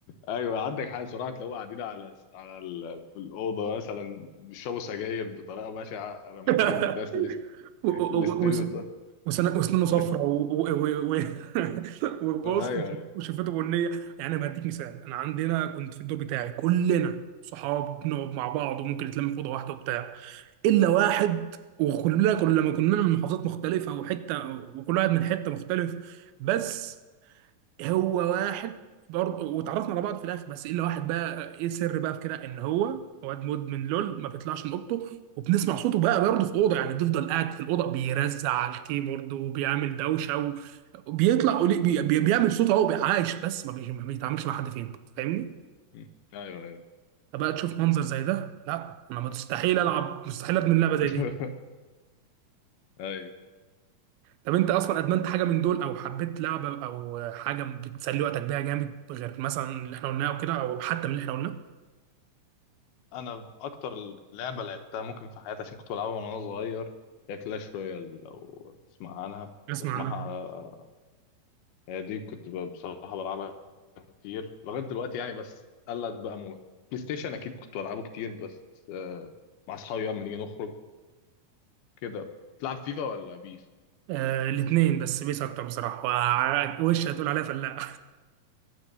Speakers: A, on the left; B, on the right.
A: ايوه عندك حق بصراحه لو قاعدين على على ال... في الاوضه مثلا بيشربوا سجاير بطريقه بشعه انا ممكن
B: <laughs>
A: ده الاست...
B: و- و-
A: الاستيريو
B: و- وسن- وسنانه صفرا
A: الاست...
B: و- و- و- <laughs> وبص
A: ايوه ايوه
B: وشفته بنيه يعني ما اديك مثال انا عندنا كنت في الدور بتاعي كلنا صحاب بنقعد مع بعض وممكن نتلم في اوضه واحده وبتاع الا واحد وكلنا كل لما كنا من محافظات مختلفه وحته وكل واحد من حته مختلف بس هو واحد برضه واتعرفنا على بعض في الاخر بس الا واحد بقى ايه السر بقى في كده ان هو واد مدمن لول ما بيطلعش من اوضته وبنسمع صوته بقى برضه في اوضه يعني بيفضل قاعد في الاوضه بيرزع على الكيبورد وبيعمل دوشه وبيطلع قلي- بي- بي- بيعمل صوت اهو عايش بس ما, بي... ما بيتعاملش مع حد فين فاهمني؟
A: م. ايوه ايوه
B: فبقى تشوف منظر زي ده لا انا مستحيل العب مستحيل ادمن لعبه
A: <laughs>
B: زي دي
A: ايوه
B: طب انت اصلا ادمنت حاجه من دول او حبيت لعبه او حاجه بتسلي وقتك بيها جامد غير مثلا اللي احنا قلناه او كده او حتى من اللي احنا قلناه
A: انا اكتر لعبه لعبتها ممكن في حياتي عشان كنت بلعبها وانا صغير هي كلاش رويال لو تسمع عنها
B: اسمع
A: تسمعها
B: عنها
A: هي دي كنت ب- بصراحة بلعبها كتير لغاية دلوقتي يعني بس قلت بقى موت بلاي ستيشن أكيد كنت بلعبه كتير بس آه، مع أصحابي أما نيجي نخرج كده تلعب فيفا ولا بيس؟
B: آه الاثنين بس بيس اكتر بصراحه وع- وش هتقول عليها فلا